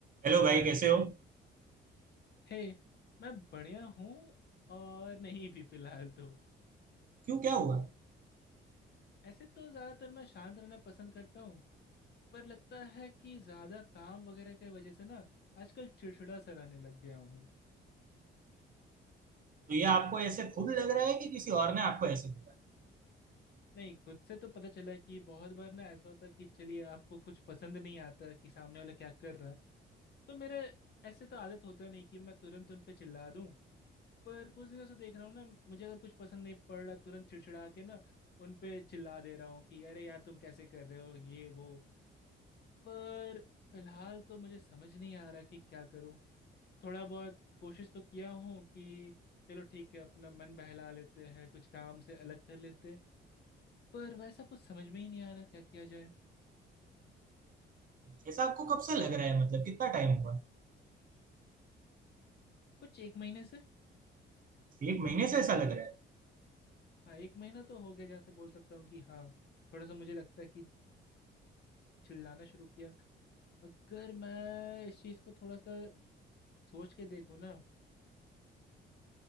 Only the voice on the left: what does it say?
हे मैं बढ़िया हूँ और नहीं भी फिलहाल तो
ऐसे तो ज़्यादातर मैं शांत रहना पसंद करता हूँ पर लगता है कि ज़्यादा काम वगैरह की वजह से ना आजकल चिड़चिड़ा सा रहने लग गया हूँ
नहीं खुद से तो पता चला कि बहुत बार ना ऐसा होता कि चलिए आपको कुछ पसंद नहीं आता कि सामने वाला क्या कर रहा है तो मेरे ऐसे तो आदत होता नहीं कि मैं तुरंत उन पे चिल्ला दूं पर कुछ दिनों से देख रहा हूँ ना मुझे अगर कुछ पसंद नहीं पड़ रहा तुरंत चिड़चिड़ा के ना उन पे चिल्ला दे रहा हूँ कि अरे यार तुम कैसे कर रहे हो ये वो पर फिलहाल तो मुझे समझ नहीं आ रहा कि क्या करूँ थोड़ा बहुत कोशिश तो किया हूँ कि चलो ठीक है अपना मन बहला लेते हैं कुछ काम से अलग कर लेते हैं पर वैसा कुछ समझ में ही नहीं आ रहा क्या किया जाए
कुछ एक महीने से
हाँ एक महीना तो हो गया जहाँ से बोल सकता हूँ कि हाँ थोड़ा सा मुझे लगता है कि चिल्लाना शुरू किया अगर मैं इस चीज़ को थोड़ा सा सोच के देखो ना